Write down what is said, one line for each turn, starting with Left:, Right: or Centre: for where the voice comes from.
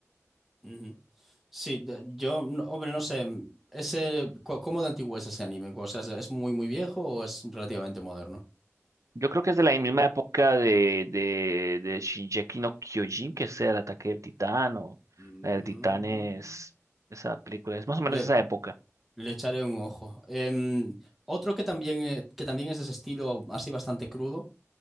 Centre: ujú. Sí, de- yo, no- hombre, no sé, ese, cu- ¿cómo de antiguo es ese anime? O sea, ¿es es muy, muy viejo o es relativamente moderno?
Right: Yo creo que es de la misma época de, de, de Shingeki no Kyojin, que es el ataque del titán o
Centre: Mm,
Right: la del titán es esa película, es más o
Centre: Le,
Right: menos esa época.
Centre: le echaré un ojo. Em, otro que también, eh, que también es de ese estilo así bastante crudo